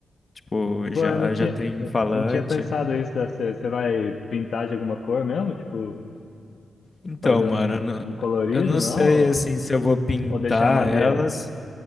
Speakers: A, on the left; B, on the left.
A: tipo,
B: Pô,
A: já,
B: eu não tinha,
A: já tem
B: não
A: um falante.
B: não tinha pensado isso. Da, você, você vai pintar de alguma cor mesmo? Tipo,
A: Então,
B: fazer
A: mano,
B: um,
A: eu não,
B: um colorido,
A: eu não
B: não?
A: sei, assim,
B: Ou,
A: se eu vou pintar
B: ou deixar madeira?
A: elas.